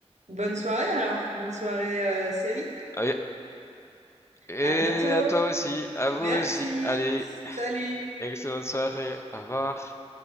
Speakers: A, on the right; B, on the left.
A: bonne soirée alors. Bonne soirée euh, série.
B: Ah oui, Et
A: À bientôt.
B: à toi aussi, à vous
A: Merci.
B: aussi. Allez,
A: Salut.
B: excellente soirée. Au revoir.